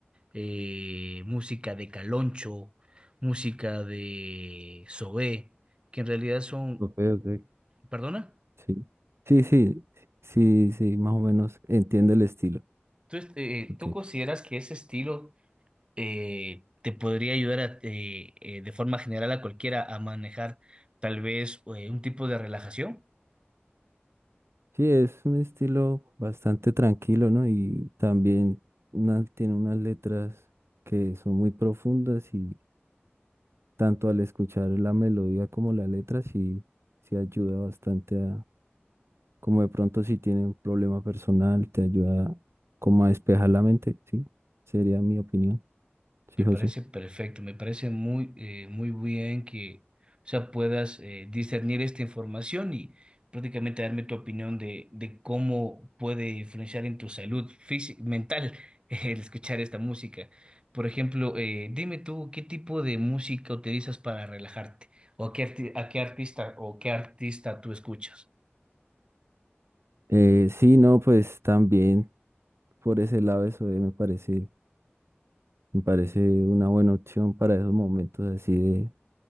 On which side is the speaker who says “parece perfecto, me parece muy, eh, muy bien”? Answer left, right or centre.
Right